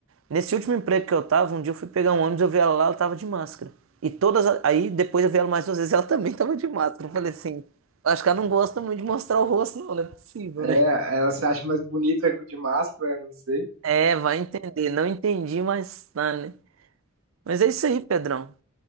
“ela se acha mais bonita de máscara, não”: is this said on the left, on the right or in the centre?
Right